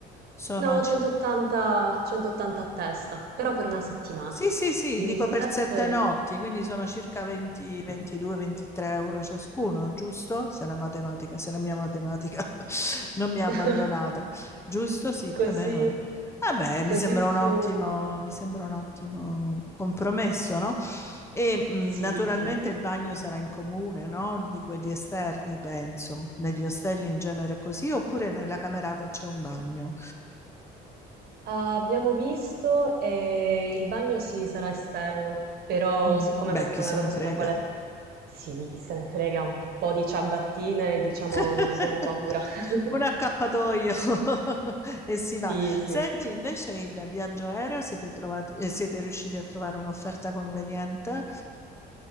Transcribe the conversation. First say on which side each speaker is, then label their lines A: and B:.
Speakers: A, on the left (about 15°); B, on the right (about 65°).
A: sono
B: No, 180, 180 a testa, però per una settimana.
A: Sì, sì, sì,
B: Diviso
A: dico per
B: 7,
A: sette notti, quindi sono circa 20, 22, 23 euro ciascuno, giusto? Se la matematica, se la mia matematica <laughs> non mi ha
B: <laughs>
A: abbandonata, giusto? Sì, più
B: così,
A: o meno. Eh beh, mi
B: così
A: sembra
B: su...
A: un ottimo, mi sembra un ottimo compromesso, no? E mh,
B: Sì,
A: naturalmente
B: sì.
A: il bagno sarà in comune, no? Di quelli esterni, penso. Negli ostelli in genere è così, oppure nella camerata c'è un bagno.
B: Abbiamo visto e il bagno sì sarà esterno, però
A: Mh,
B: siccome
A: beh,
B: questa
A: chi
B: è una
A: se
B: cosa
A: ne
B: sulla
A: frega.
B: quale sì, chi se ne frega, un po' di ciabattine, diciamo,
A: <laughs>
B: non abbiamo paura. <laughs>
A: Un accappatoio <laughs> e si va.
B: Sì, sì.
A: Senti, invece il viaggio aereo siete trovati ehm, siete riusciti a trovare un'offerta conveniente?